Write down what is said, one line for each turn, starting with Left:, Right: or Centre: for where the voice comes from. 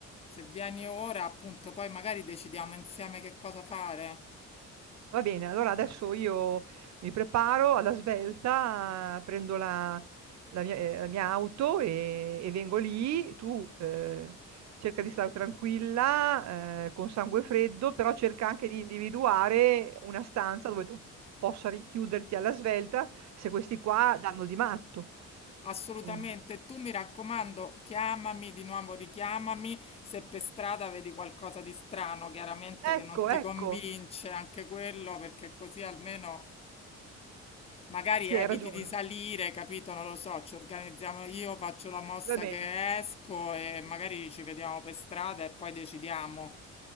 Left: Se vieni ora, appunto, poi magari decidiamo insieme che cosa fare.
Right: Va bene, allora adesso io mi preparo alla svelta, prendo la, la mia, eh, la mia auto e, e vengo lì. Tu eh, cerca di stare tranquilla, eh, con sangue freddo, però cerca anche di individuare una stanza dove tu possa rinchiuderti alla svelta se questi qua danno di matto.
Left: Assolutamente,
Right: Quindi-
Left: tu mi raccomando, chiamami di nuovo, richiamami se per strada vedi qualcosa di strano, chiaramente
Right: Ecco,
Left: che non ti
Right: ecco,
Left: convince anche quello, perché così almeno magari
Right: sì,
Left: eviti
Right: hai ragione.
Left: di salire, capito? Non lo so, ci organizziamo io, faccio la mossa
Right: Va bene.
Left: che esco e magari ci vediamo per strada e poi decidiamo.